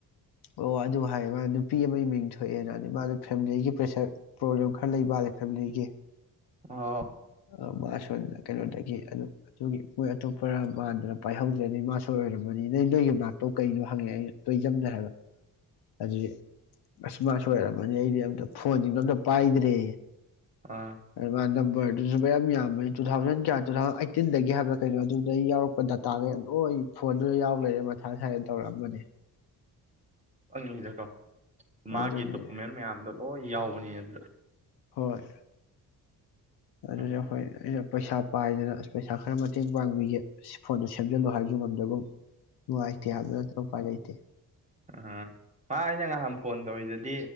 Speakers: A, on the left (about 80°); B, on the right (about 20°).
A: ꯑꯣ ꯑꯗꯨ ꯍꯥꯏꯌꯦ ꯃꯥ ꯅꯨꯄꯤ ꯑꯃꯒꯤ ꯃꯤꯡ ꯊꯣꯛꯑꯦꯅ ꯃꯥ ꯐꯦꯃꯤꯂꯤꯒꯤ ꯄ꯭ꯔꯦꯁꯔ ꯄ꯭ꯔꯣꯕ꯭ꯂꯦꯝ ꯈꯔ ꯂꯩꯕ ꯃꯥꯜꯂꯦ ꯐꯦꯃꯤꯂꯤꯒꯤ
B: ꯑꯣ
A: ꯑ ꯃꯥꯁꯣꯟ ꯀꯩꯅꯣꯗꯒꯤ ꯑꯗꯨ ꯑꯗꯨꯒꯤ ꯃ‌ꯣꯏ ꯑꯇꯣꯞꯄ ꯃꯥꯟꯗꯅ ꯄꯥꯏꯍꯧꯗ꯭ꯔꯦ ꯃꯥꯁ‌ꯣꯏ ꯑꯣꯏꯔꯝꯃꯅꯤ ꯅꯣꯏ ꯅꯣꯏꯒꯤ ꯌꯨꯝꯅꯥꯛꯇꯣ ꯀꯩꯅꯣ ꯍꯪꯉꯛꯑꯦ ꯇ‌ꯣꯏꯖꯝ ꯅ‌ꯦ ꯍꯥꯏꯕ ꯑꯗꯨ ꯑꯁ ꯃꯥꯁꯨ ꯁꯣꯏ ꯑꯣꯏꯔꯝꯃꯅꯤ ꯑꯩꯗꯤ ꯑꯝꯇ ꯐꯣꯟꯁꯤꯡꯗꯣ ꯑꯝꯇ ꯄꯥꯏꯗ꯭ꯔꯦ
B: ꯑꯥ
A: ꯑꯗꯨ ꯃꯥꯅ ꯅꯝꯕꯔꯗꯨꯁꯨ ꯃꯌꯥꯝ ꯌꯥꯝꯕꯅꯤꯅ ꯇꯨ ꯊꯥꯎꯖꯟ ꯀꯌꯥ ꯇꯨ ꯊꯥꯎꯖꯟ ꯑꯥꯏꯇꯤꯟꯗꯒꯤ ꯍꯥꯏꯕ꯭ꯔ ꯀꯩꯅꯣ ꯑꯗꯨꯗꯒꯤ ꯌꯥꯎꯔ ꯔꯛꯄ ꯗꯥꯇꯥꯈꯩ ꯂꯣꯏ ꯐꯣꯟꯗꯨꯗ ꯌꯥꯎ ꯂꯩꯔꯦ ꯃꯊꯥ ꯁꯥꯏꯌ‌ꯦꯅ ꯇꯧꯔꯛꯑꯝꯕꯅꯦ
B: ꯑꯩꯅ ꯁꯤꯗꯀꯣ ꯃꯥꯒꯤ
A: ꯑꯗꯨꯅꯤ
B: ꯗꯣꯀꯨꯃꯦꯟ ꯃꯌꯥꯝꯗꯣ ꯂꯣꯏ ꯌꯥꯎꯕꯅꯤ ꯑꯗꯨꯗ
A: ꯍꯣꯏ ꯑꯗꯨꯗ
B: ꯎꯝ
A: ꯍꯣꯏ ꯑꯩꯅ ꯄꯩꯁꯥ ꯄꯥꯏꯗꯅ ꯑꯁ ꯄꯩꯁꯥ ꯈꯔ ꯃꯇꯦꯡ ꯄꯥꯡꯕꯤꯒꯦ ꯐꯣꯟꯗꯣ ꯁꯦꯝꯖꯤꯜꯂꯨ ꯍꯥꯏꯕꯁꯨ ꯉꯝꯗꯒꯨꯝ ꯅꯨꯡꯉꯥꯏꯇꯦ ꯍꯥꯏꯕ ꯅꯠꯇꯅ ꯎꯄꯥꯏ ꯂꯩꯇꯦ
B: ꯎꯝ ꯃꯥ ꯑꯩꯅ ꯉꯍꯥꯟ ꯐꯣꯟ ꯇꯧꯔꯤꯗꯨꯗꯤ